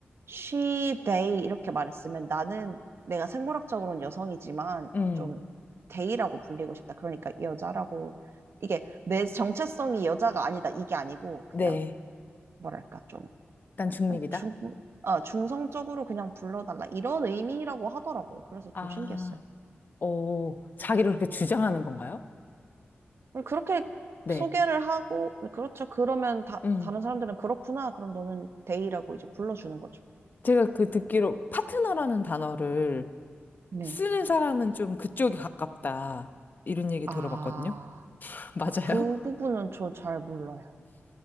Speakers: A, on the right; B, on the left.
A: she, they 이렇게 말했으면 나는 내가 생물학적으로는 여성이지만
B: 음,
A: 좀 they라고 불리고 싶다. 그러니까 이 여자라고 이게 내 정체성이 여자가 아니다. 이게 아니고 그냥
B: 네.
A: 뭐랄까 좀
B: 난 중립이다.
A: 그냥 중, 아, 중성적으로 그냥 불러달라. 이런 의미라고 하더라고요. 그래서
B: 아,
A: 좀 신기했어요.
B: 오, 자기를 그렇게 주장하는 건가요?
A: 그렇게
B: 네.
A: 소개를 하고 그렇죠. 그러면 다,
B: 음.
A: 다른 사람들은 그렇구나. 그럼 너는 they라고 이제 불러주는 거죠.
B: 제가 그 듣기로 파트너라는 단어를
A: 네.
B: 쓰는 사람은 좀 그쪽이 가깝다. 이런 얘기
A: 아,
B: 들어봤거든요. <laughs> 맞아요?
A: 아, 그 부분은 저 잘 몰라요.